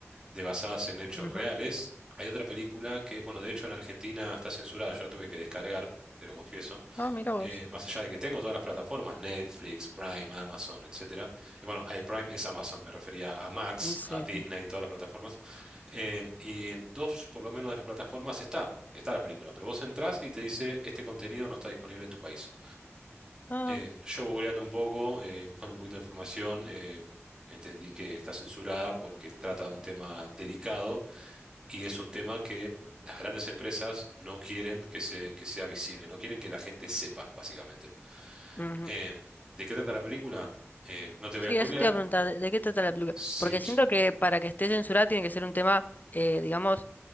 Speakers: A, on the right; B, on the left.
A: de basadas en hechos
B: Ujú.
A: reales. Hay otra película que, bueno, de hecho en Argentina está censurada, yo la tuve que descargar, te lo confieso.
B: Ah, mira vos.
A: Eh, más allá de que tengo todas las plataformas, Netflix, Prime, Amazon, etcétera. Eh, bueno, eh, Prime es Amazon, me refería a Max,
B: Mm, Sí.
A: a Disney,
B: sí.
A: todas las plataformas. Eh, y en dos, por lo menos, de las plataformas está. Está la película, pero vos entrás y te dice este contenido no está disponible en tu país.
B: Ah,
A: Eh, yo googleando un poco, eh, buscando un poquito de información, eh, entendí que está censurada porque trata de un tema delicado y es un tema que las grandes empresas no quieren que, se, que sea visible, no quieren que la gente sepa, básicamente.
B: ujú.
A: Eh, ¿de qué trata la película? Eh, no te voy
B: Sí,
A: a spoilear.
B: eso te iba a preguntar, ¿de, de qué trata la película?
A: Sí,
B: Porque siento
A: sí,
B: que para que esté censurada tiene que ser un tema, eh, digamos,